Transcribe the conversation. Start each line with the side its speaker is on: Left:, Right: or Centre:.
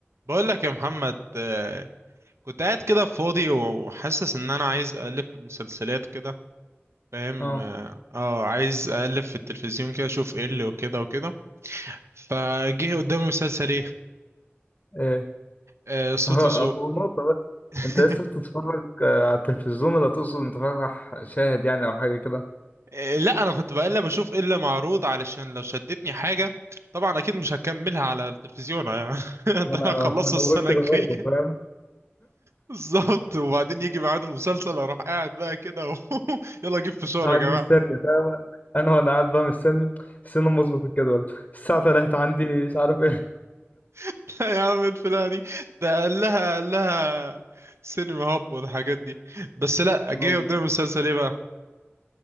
Right: بقول لك يا محمد آه، كنت قاعد كده فاضي وحاسس ان انا عايز اقلب في المسلسلات كده فاهم
Left: اه
Right: اه آه، عايز اقلب في التلفزيون كده اشوف ايه اللي وكده وكده فجه قدامي مسلسل ايه
Left: ايه
Right: آه، صوت
Left: <laughs> هو
Right: وسوق
Left: هو نقطة بس
Right: <laughs>
Left: انت لسه بتتفرج آه، على التلفزيون ولا تقصد انت فاتح شاهد يعني او حاجة كده
Right: آه، لا انا كنت بقلب اشوف ايه اللي معروض علشان لو شدتني حاجة طبعا اكيد مش هكملها على التلفزيون يعني <laughs>
Left: انا <laughs>
Right: ده انا هخلصه
Left: انا
Right: السنة
Left: بقول كده
Right: الجاية
Left: برضه فاهم
Right: <laughs> بالظبط وبعدين يجي ميعاد المسلسل اروح قاعد بقى كده و... <laughs> يلا جيب فشار
Left: قاعد
Right: يا جماعة
Left: مستني فاهم انا وانا قاعد بقى مستني استنى أما اظبط الجدول <laughs> الساعة 3 عندي مش عارف ايه
Right: <laughs> يا عم الفلاحة دي ده قال لها قال لها سينما هاب والحاجات دي بس
Left: <laughs>
Right: لا جه
Left: اه بالظبط.
Right: قدام المسلسل ايه بقى